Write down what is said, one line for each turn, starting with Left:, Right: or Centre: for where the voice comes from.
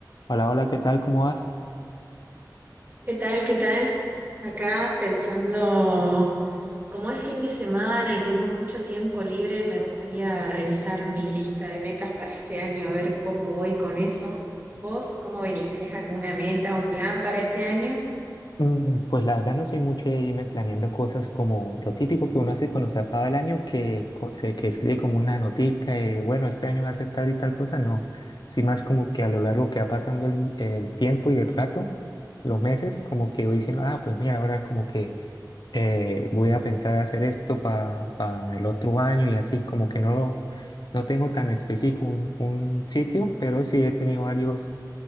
Left: Hola, hola, ¿qué tal? ¿Cómo vas?
Right: ¿Qué tal? ¿Qué tal? Acá pensando, como es fin de semana y tengo mucho tiempo libre, me gustaría revisar mi lista de metas para este año, a ver cómo voy con eso. ¿Vos cómo venís? ¿Tenés alguna meta o plan para este año?
Left: Mm, Pues la verdad no soy mucho de irme planeando cosas como lo típico que uno hace cuando se acaba el año, que, co- se, que escribe como una notica, de, bueno, este año voy a hacer tal y tal cosa, no. Soy más como que a lo largo que va pasando el, el tiempo y el rato, los meses, como que voy diciendo, ah, pues mira, ahora como que eh, voy a pensar hacer esto para el otro año y así, como que no lo, no tengo tan específico un, un sitio, pero sí he tenido varios